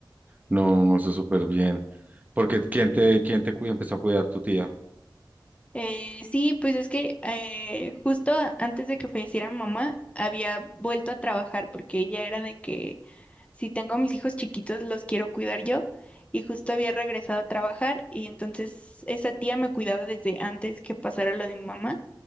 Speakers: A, on the right; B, on the left.
A: no, eso es súper bien. Porque, ¿quién te, quién te cuida? Empezó a cuidar tu tía.
B: Eh, sí, pues es que eh, justo antes de que falleciera mi mamá, había vuelto a trabajar porque ella era de que si tengo a mis hijos chiquitos los quiero cuidar yo y justo había regresado a trabajar y entonces esa tía me cuidaba desde antes que pasara lo de mi mamá